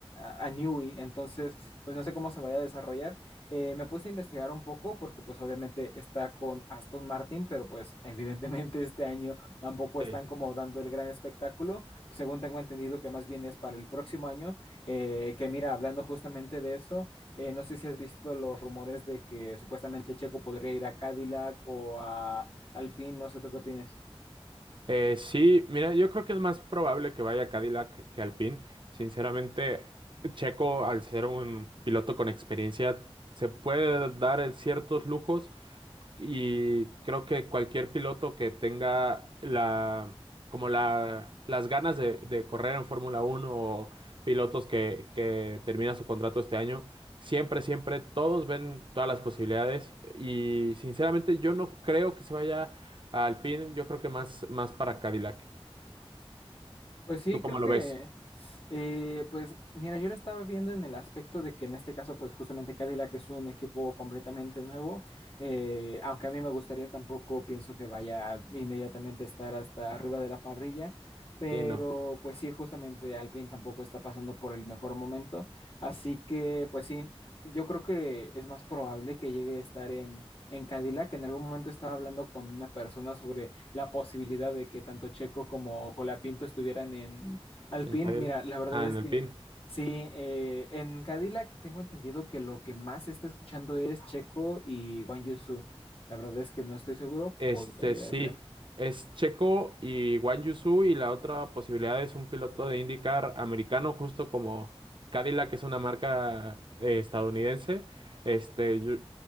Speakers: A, on the left (about 65°); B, on the right (about 55°).
A: a, a Newey, entonces pues no sé cómo se vaya a desarrollar. Eh, me puse a investigar un poco porque pues obviamente está con Aston Martin, pero pues evidentemente <laughs> este año tampoco están
B: Sí.
A: como dando el gran espectáculo, según tengo entendido que más bien es para el próximo año, eh, que mira, hablando justamente de eso, eh, no sé si has visto los rumores de que supuestamente Checo podría ir a Cadillac o a Alpine, no sé, ¿tú qué opinas?
B: Eh, sí, mira, yo creo que es más probable que vaya Cadillac que Alpine. Sinceramente, Checo, al ser un piloto con experiencia, se puede dar ciertos lujos Y creo que cualquier piloto que tenga la, como la, las ganas de, de correr en Fórmula Uno o pilotos que, que termina su contrato este año, siempre, siempre todos ven todas las posibilidades. Y sinceramente yo no creo que se vaya a Alpine, yo creo que más, más para Cadillac.
A: Pues sí,
B: ¿Tú cómo
A: creo
B: lo
A: que
B: ves?
A: Eh, pues mira, yo lo estaba viendo en el aspecto de que en este caso, pues justamente Cadillac es un equipo completamente nuevo, eh, aunque a mí me gustaría tampoco, pienso que vaya inmediatamente a estar hasta arriba de la parrilla, pero
B: Sí, no,
A: pues sí, justamente Alpine tampoco está pasando por el mejor momento, así que pues sí, yo creo que es más probable que llegue a estar en, en Cadillac. En algún momento estaba hablando con una persona sobre la posibilidad de que tanto Checo como Colapinto estuvieran en Alpine,
B: en Cadillac.
A: mira, la verdad
B: Ah,
A: es
B: en Alpine.
A: que sí, eh, en Cadillac tengo entendido que lo que más se está escuchando es Checo y Guan Yu Zhou. La verdad es que no estoy seguro,
B: Este
A: podría llegar
B: sí,
A: a ser.
B: es Checo y Guan Yu Zhou, y la otra posibilidad es un piloto de IndyCar americano, justo como Cadillac, que es una marca eh, estadounidense. Este, yo-